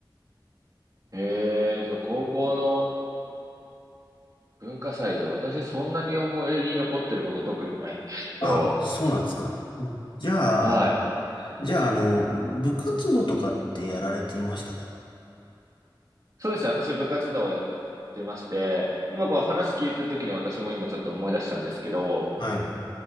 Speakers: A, on the right; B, on the left.
A: ええ、そう、高校の文化祭で私そんなに思い出に残ってること特にないんですけど、
B: あ、そうなんですか。じゃあ、
A: はい。
B: じゃあ、あの、部活動とかってやられていましたか
A: そうですね。私部活動をやってまして、今こう話聞いてる時に私も今ちょっと思い出したんですけど、
B: はい。